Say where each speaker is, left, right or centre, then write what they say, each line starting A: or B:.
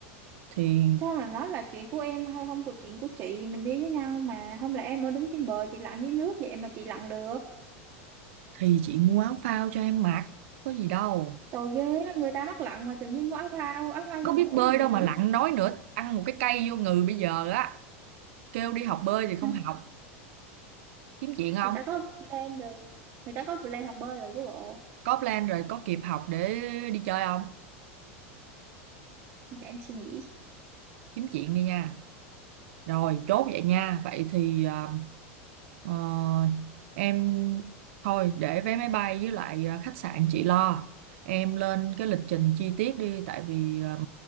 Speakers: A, on the right; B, on the right.
A: thì
B: Sao mà nói là chuyện của em hay không của chuyện của chị mình đi với nhau mà không lẽ em ở đứng trên bờ chị lặn dưới nước vậy mà chị lặn được
A: thì chị mua áo phao cho em mặc có gì đâu
B: tội ghê á, người ta mắc lặn mà tự nhiên mua áo phao áo phao
A: có
B: cho
A: biết
B: nổi
A: bơi
B: hay gì
A: đâu mà lặn nói nữa ăn một cái cây vô người bây giờ á kêu đi học bơi thì không
B: Ai,
A: học kiếm chuyện không
B: người ta có plan rồi người ta có plan học bơi rồi chứ bộ
A: có plan rồi có kịp học để đi chơi không
B: để em suy nghĩ
A: kiếm chuyện đi nha rồi chốt vậy nha vậy thì à, Ờ, em thôi để vé máy bay với lại ờ, khách sạn chị lo. Em lên cái lịch trình chi tiết đi tại vì ờ,